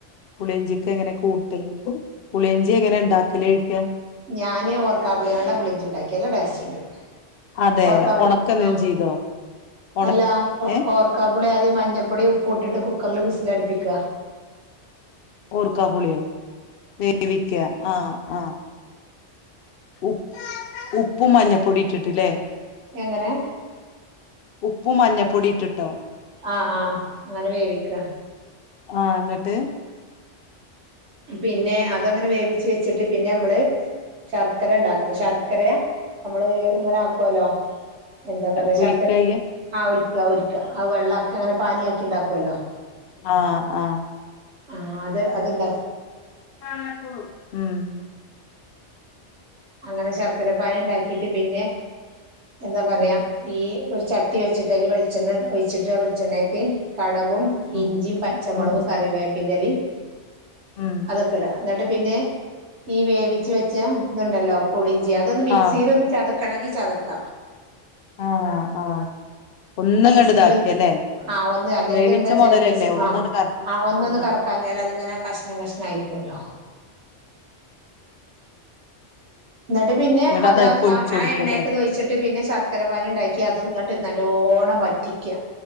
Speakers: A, on the left; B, on the right.
A: പൊടിയും എങ്ങനെ കൂട്ടലും പുളിയേഞ്ചി എങ്ങനെ ഉണ്ടാക്കല് ചോദിക്കാം
B: ഞാന് ഓർകാപൊളിയുണ്ടാ പുളി ഇഞ്ചി ഉണ്ടാക്കി നല്ല ടേസ്റ്റാ ണ്ട്
A: അതെ
B: <unintelligible> ഓർകാപുളി
A: ഉണക്ക എന്തേലും
B: ആ
A: ചെയ്തോ ഉണ
B: അല്ല
A: ഏഹ്
B: ഓർക്കാപുളി ആദ്യം മഞ്ഞൾപ്പൊടി ഉപ്പ് ഇട്ടിട്ട് കുക്കറിൽ വിസിൽ വിസൽ അടുപ്പിക്ക
A: ഓർക്കാപുളിയോ വേവിക്ക ആഹ ആഹ ഉ് ഉപ്പും മഞ്ഞപ്പൊടി ഇട്ടിട്ട്ല്ലേ
B: എങ്ങനെ
A: ഉപ്പും മഞ്ഞപ്പൊടി ഇട്ടിട്ടോ
B: ആഹ് ആഹ് അങ്ങനെ വേവിക്ക
A: ആ എന്നിട്ട്
B: പിന്നെ അതങ്ങനെ വേവിച്ച് വെച്ചിട്ട് പിന്നെ നമ്മൾ ശർക്കര ഉണ്ടാക്കണം ശർക്കര നമ്മള് ഇങ്ങനെ ആക്കോലോ എന്താ പറയാ
A: പൊരിക്കാ
B: ശർക്കര
A: ചെയ്യാ
B: ആ ഒരു ഒരിക്ക ആ വെള്ള അങ്ങനെ പാനീ ആക്കി ഉണ്ടാകോലോ
A: ആഹ ആഹ
B: ആഹ അത് അത്ണ്ടാക്കി
A: ഉം
B: അങ്ങനെ ശർക്കര പാനി ഉണ്ടാക്കിട്ട് പിന്നെ എന്താ പറയാ
A: ഉം
B: ഈ ഒരു ചട്ടി വെച്ചിട്ട് അയിൽ വെളിച്ചെണ്ണ ഒഴിച്ചിട്ട് വെളിച്ചെണ്ണയ്ക്ക് കടക്
A: ഉം
B: ഇഞ്ചി പച്ചമുളകും
A: ഉം
B: കറിവേപ്പിന്റലേം
A: ഉം
B: അതൊക്കെ ഇട എന്നിട്ട് പിന്നെ ഈ വേവിച്ച് വെച്ച ഇതുണ്ടല്ലോ പുളി അതൊന്ന് മിക്സിയിലൊന്ന്
A: ആഹ്
B: ചതക്കണങ്കി ചതക്ക
A: ആഹ് ആഹ് ഒന്നങ്ങട്
B: മിക്സിയിൽ
A: ഇതാക്കല്ലേ
B: ആ ഒന്ന് അല്ലെങ്കിൽ
A: വേവിച്ച
B: എന്താച്ചാല
A: മുതലല്ലേ
B: മിക്സി
A: ഒന്നട്
B: ആ
A: കറക്കി
B: ആ ഒന്ന
A: ഉം
B: ഒന്ന് കറക്കാഞ്ഞാൽ അതങ്ങനെ കഷ്ണം കഷ്ണം ആയിരിക്കോലോ എന്നിട്ട് പിന്നെ
A: ഇങ്ങട്ട്
B: അത് ആ
A: അയ്ക്ക് ഒഴിച്ച് കൊടുക്കല്ലേ
B: ആ എണ്ണയൊക്കെതൊയിച്ചിട്ട് പിന്നെ ശർക്കര പാനി ഇണ്ടാക്കി അതും ഇങ്ങട്ട് നല്ലോണം വറ്റിക്ക്യ